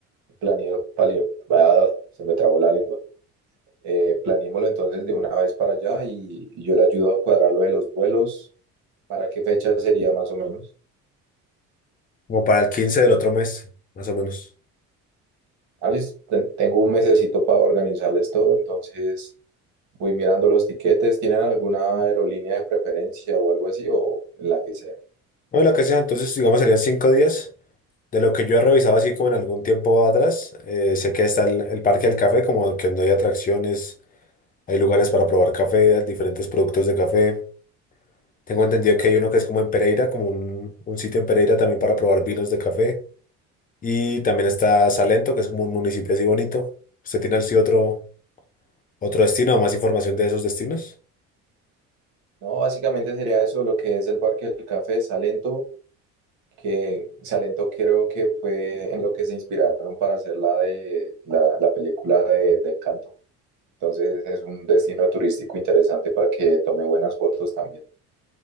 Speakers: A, on the right; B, on the left.
A: planeo, palio- bah, se me trabó la lengua. Eh, planeémoslo entonces de una vez para allá y, y yo le ayudo a cuadrar lo de los vuelos. ¿Para qué fecha sería más o menos?
B: Como para el 15 del otro mes, más o menos.
A: Ah, listo, ten- tengo un mesecito para organizarles todo, entonces voy mirando los tiquetes. ¿Tienen alguna aerolínea de preferencia o algo así o en la que sea?
B: O la que sea, entonces, digamos, serían cinco días. De lo que yo he revisado así como en algún tiempo atrás, eh, sé que está el, el Parque del Café, como que donde hay atracciones Hay lugares para probar café, diferentes productos de café. Tengo entendido que hay uno que es como en Pereira, como un, un sitio en Pereira también para probar vinos de café. Y también está Salento, que es como un municipio así bonito. ¿Usted tiene así otro, otro destino o más información de esos destinos?
A: No, básicamente sería eso, lo que es el Parque del Café, Salento, que Salento creo que fue en lo que se inspiraron para hacer la de la, la película de, de Encanto. Entonces es un destino turístico interesante para que tome buenas fotos también.